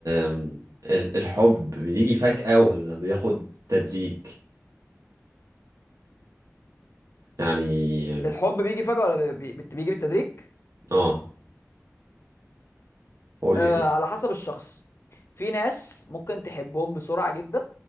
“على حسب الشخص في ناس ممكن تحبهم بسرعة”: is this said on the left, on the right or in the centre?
Left